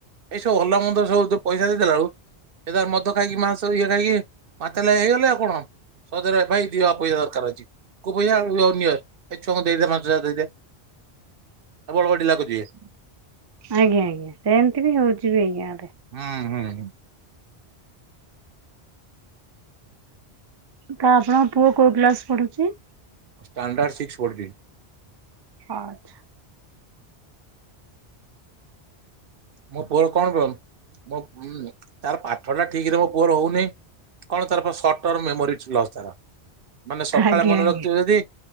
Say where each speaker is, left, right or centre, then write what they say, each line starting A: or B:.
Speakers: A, on the right; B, on the right.
A: ଏଇ ସବୁ ଭଲ ମନ୍ଦ ସବୁ ପଇସା ଦେଇଦଲା ବେଳୁ ଏଟା ମଦ ଖାଇକି ମାସ ଇଏ ଖାଇକି ମାତାଲ ହେଇଗଲେ ଆଉ କଣ ସଜରେ ଭାଇ ଦିଅ ପଇସା ଦରକାର ଅଛି। କୋଉ ପଇସା ନିଅ ଏ ଛୁଆଙ୍କୁ ଦେଇଦେ ପାଞ୍ଚ ହଜାର ଦେଇଦେ ଆଉ ବଡ ଢିଲା କରି
B: ଆଜ୍ଞା ଆଜ୍ଞା ସେମିତି ବି ହଉଛି ବି ଗାଁ ରେ।
A: ହୁଁ ହୁଁଁ।
B: ତ ଆପଣଙ୍କ ପୁଅ କୋଉ କ୍ଲାସ ପଢୁଛି?
A: ଷ୍ଟାଣ୍ଡାର୍ଡ ସିକ୍ସ ପଢୁଛି।
B: ହଁ ଆଛା।
A: ମୋ ପୁଅର କଣ କହନୁ ମୋ ତାର ପାଠଟା ଠିକରେ ମୋ ପୁଅର ହଉନି। କଣ ତାର ସଟର ମେମୋରିସ୍ ଲସ ତାର ମାନେ ସକାଳେ
B: ଆଜ୍ଞା
A: ମନେ
B: ଆଜ୍ଞା
A: ରଖିଥିବ ଯଦି